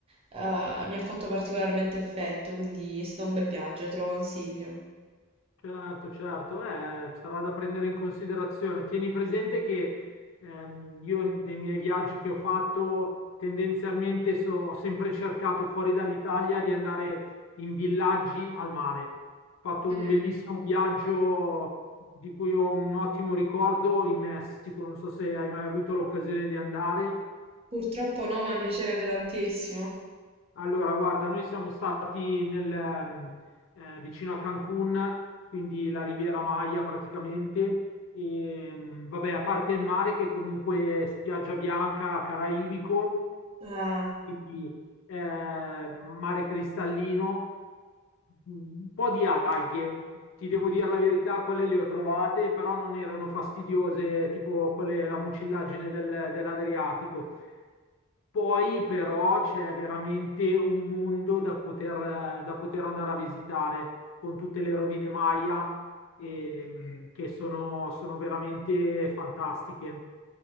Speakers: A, on the right (about 30°); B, on the left (about 70°).
A: eh, mi ha fatto particolarmente effetto, quindi è stato un bel viaggio, te lo consiglio.
B: Certo, certo, eh, sarà da prendere in considerazione. Tieni presente che ehm, io dei miei viaggi che ho fatto tendenzialmente so- ho sempre cercato fuori dall'Italia di andare in villaggi al mare. Ho fatto
A: Mm.
B: un bellissimo viaggio di cui ho un ottimo ricordo in Messico, non so se hai mai avuto l'occasione di andare.
A: Purtroppo no, ma mi piacerebbe tantissimo.
B: Allora, guarda, noi siamo stati nel, ehm, eh, vicino a Cancun, quindi la Riviera Maya praticamente. E, mm, vabbè, a parte il mare che comunque è spiaggia bianca, caraibico,
A: Ah,
B: quindi eh, mare cristallino, un po' di alghe, ti devo dire la verità, quelle le ho trovate, però non erano fastidiose, tipo quelle, la mucillagine del- dell'Adriatico. Poi però c'è veramente un mondo da poter, da poter andare a visitare con tutte le rovine Maya, ehm, che sono sono veramente fantastiche.